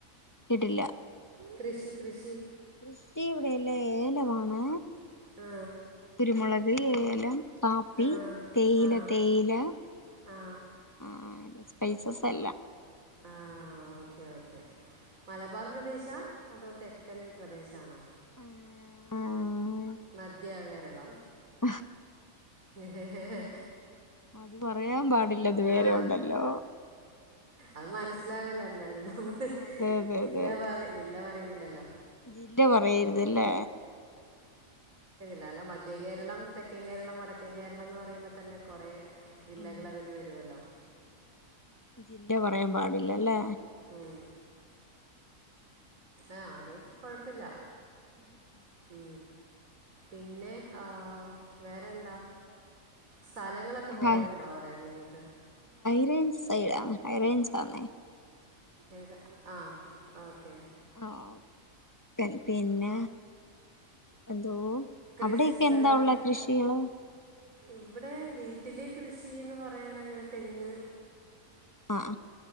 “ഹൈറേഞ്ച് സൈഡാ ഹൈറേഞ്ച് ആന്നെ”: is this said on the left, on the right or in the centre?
Left